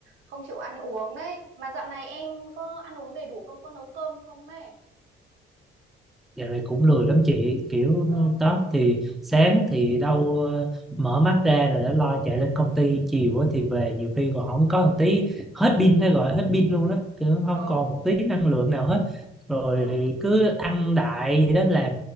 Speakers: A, on the right; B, in the centre.
A: không chịu ăn uống đấy mà dạo này em có ăn uống đầy đủ không có nấu cơm không đấy
B: Dạo này cũng lười lắm chị kiểu
A: ừ
B: đó thì sáng thì đâu ờ, mở mắt ra rồi đã lo chạy lên công ty chiều á thì về nhiều khi còn không có một tí hết pin hay gọi hết pin luôn đó kiểu không
A: ừ
B: còn một tí năng lượng nào hết rồi
A: ừ
B: cứ ăn đại vậy đó làm